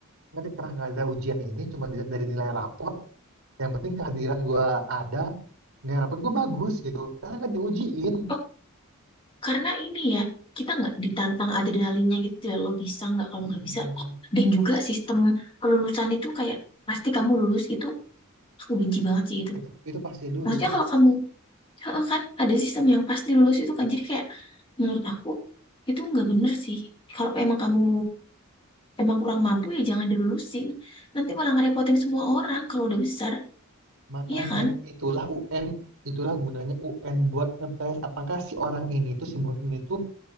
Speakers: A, on the right; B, on the left.
A: nggak ada karena nggak ada ujian ini, cuma dilihat dari nilai rapot. Yang penting kehadiran gua ada, nilai rapot gua bagus gitu. Karena kan diujiin.
B: Oh, karena ini ya kita nggak ditantang adrenalinnya gitu ya. Lo bisa nggak kalau
A: Iya,
B: nggak bisa. Oh, dan juga sistem kelulusan itu kayak pasti kamu lulus itu aku benci banget sih itu.
A: itu itu pasti lulus.
B: Maksudnya kalau kamu Heeh, kan ada sistem yang pasti lulus itu kan jadi kayak menurut aku itu nggak bener sih. Kalau emang kamu emang kurang mampu ya jangan dilulusin. Nanti malah ngerepotin semua orang kalau udah besar.
A: Makanya
B: Iya kan?
A: itulah UN, itulah gunanya UN buat ngetes apakah si orang ini itu si murid ini tuh